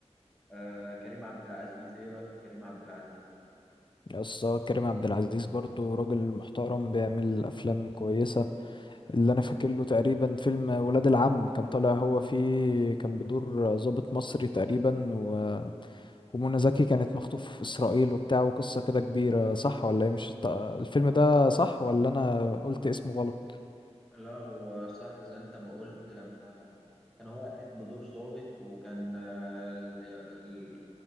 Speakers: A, in the centre; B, on the left.
A: آه كريم عبد العزيز ايه رايك في كريم عبد العزيز
B: يس كريم عبد العزيز برضو راجل محترم بيعمل أفلام كويسة اللي أنا فاكر له تقريبا فيلم ولاد العم كان طالع هو فيه كان بدور ضابط مصري تقريبا و... ومنى زكي كانت مخطوفة في إسرائيل وبتاع وقصة كده كبيرة صح ولا إيه مش الت- الفيلم ده صح ولا أنا قلت اسمه غلط؟
A: لا هو صح زي انت ما قلت لما كان هو قايم بدور ضابط وكان آه، ال-